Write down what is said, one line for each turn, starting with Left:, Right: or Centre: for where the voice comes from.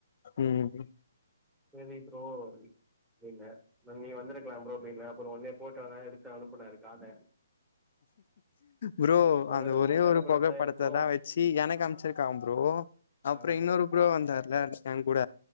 Left: ம்
Centre: செரி ப்ரோ நீ ன அப்ப நீ வந்திருக்கிலா ப்ரோ அப்டின்ன அப்புற ஒன்னே போட்டோலா எடுத்து அனுப்புனாரு காத
Left: ப்ரோ
Centre: ஒருவேள
Left: அந்த ஒரே
Centre: உனக்கு
Left: ஒரு
Centre: அனுப்புனதுதா
Left: புகைப்படத்த
Centre: இருக்கு
Left: தா வெச்சு எனக்கு அமுச்சிருக்கா ப்ரோ அப்புற
Centre: ஆ
Left: இன்னொரு ப்ரோ வந்தார்ல ஏங் கூட